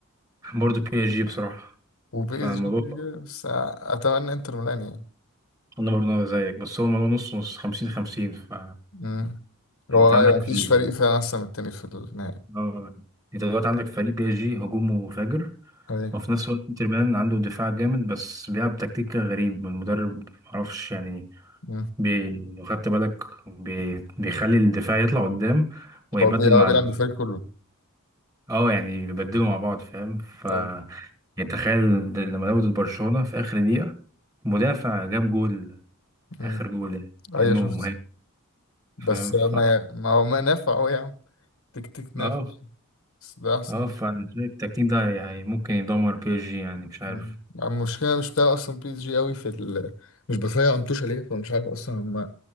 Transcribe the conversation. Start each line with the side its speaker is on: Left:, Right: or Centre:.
Right: برضو بي اس جي بصراحه
Left: وبي
Right: فالموضوع
Left: اس جي كده كده، بس اتمنى انتر ميلان
Right: انا برضو أنا زيك بس هو الموضوع نص نص 50 50 ف
Left: يعني
Right: يعني
Left: هو
Right: انت عندك
Left: ايوه مفيش
Right: ال...
Left: فريق فعلا احسن من التاني في النهائي
Right: اه انت دلوقتي عندك فريق بي اس جي هجومه فاجر
Left: ايوه
Right: وفي نفس الوقت انتر ميلان عنده دفاع جامد بس بيلعب تكتيك كده غريب المدرب معرفش يعني
Left: مم.
Right: بي... لو خدت بالك بي... بيخلي الدفاع يطلع قدام ويبدل
Left: هو بي- اه
Right: مع
Left: بيلعب
Right: ال...
Left: بالفريق كله
Right: اه يعني بيبدلوا مع بعض فاهم ف
Left: ايوه
Right: يعني تخيل ده- لما لعبوا ضد برشلونة في آخر دقيقة مدافع جاب جول
Left: مم.
Right: آخر جول يعني كأنه
Left: أيوة، شفت
Right: مهاجم
Left: بس
Right: فاهم ف
Left: ما ما هو ما نافع قوي يا عم تك تك نافع
Right: اه
Left: بس ده احسن
Right: اه فانا شايف التكتيك ده يعني ممكن يدمر بي اس جي يعني مش عارف
Left: مم. يعني المشكله مش بتاع اصلا بي اس جي قوي في ال... مش بفايق انتوش عليه فمش عارف اصلا هم